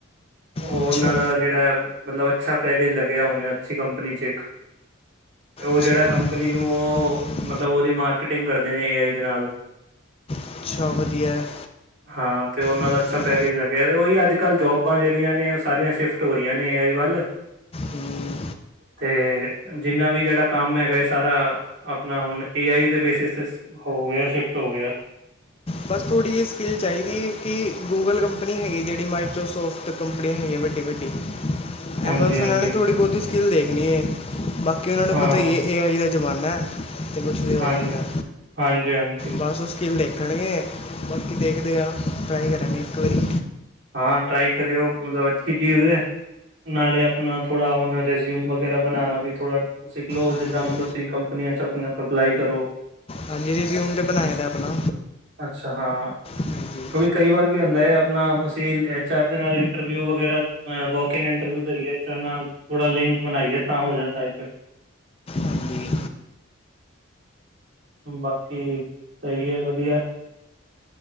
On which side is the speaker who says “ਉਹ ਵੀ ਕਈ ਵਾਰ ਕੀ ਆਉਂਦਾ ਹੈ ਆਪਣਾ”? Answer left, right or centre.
Right